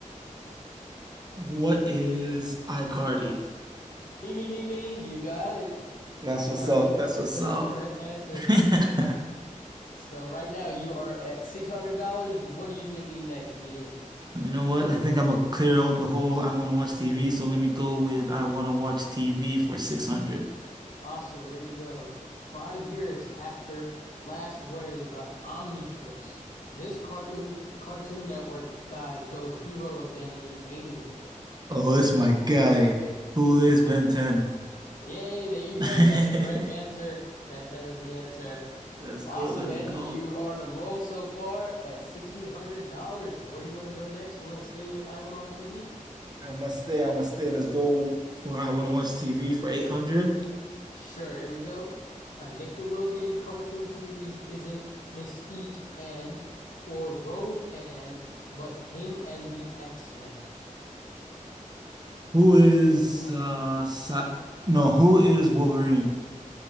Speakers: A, on the right; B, on the left.
A: What is iCarly?
B: Ding, ding, ding, ding. You got it.
A: That's
B: iCarly
A: what's up. That's
B: is
A: what's
B: the
A: up.
B: correct answer.
A: <laughs>
B: So right now you are at $600. What are you thinking next, Gideon?
A: You know what? I think I'm gonna clear out the whole I want to watch TV, so let me go with I want to watch TV for 600.
B: Awesome. Here we go. Five years after last wearing the Omnitrix, this cartoon Cartoon Network guy goes hero again in Alien Force.
A: Oh, it's my guy. Who is Ben 10?
B: Yay, there you
A: <laughs>
B: go. You got the correct answer. Ben 10 is the answer.
A: Let's
B: Awesome,
A: go, let's
B: man.
A: go.
B: You are on a roll so far at $1,600. Where do you want to go next? You want to stay with I Want to Watch TV?
A: I must stay, I must stay. Let's go for I want to watch TV for 800.
B: Sure, here we go. A Nickelodeon cartoon series isn't Mystique and or Rogue and, but him and the X-Men.
A: Who is uh Sa no, who is Wolverine?